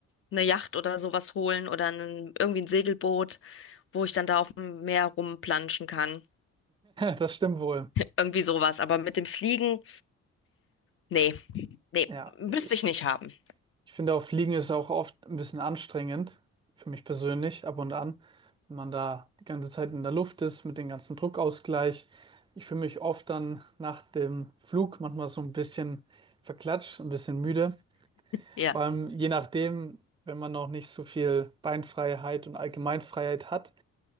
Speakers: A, on the left (about 45°); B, on the right (about 15°).
A: eine Yacht oder sowas holen oder einen, irgendwie ein Segelboot, wo ich dann da auf dem Meer rumplanschen kann.
B: Das stimmt wohl.
A: Irgendwie sowas. Aber mit dem Fliegen, nee, nee,
B: Ja,
A: müsste
B: ich
A: ich nicht haben.
B: Ich finde auch Fliegen ist auch oft ein bisschen anstrengend, für mich persönlich, ab und an, wenn man da die ganze Zeit in der Luft ist, mit dem ganzen Druckausgleich. Ich fühle mich oft dann nach dem Flug manchmal so ein bisschen verklatscht, ein bisschen müde.
A: Ja.
B: Vor allem je nachdem, wenn man noch nicht so viel Beinfreiheit und Allgemeinfreiheit hat,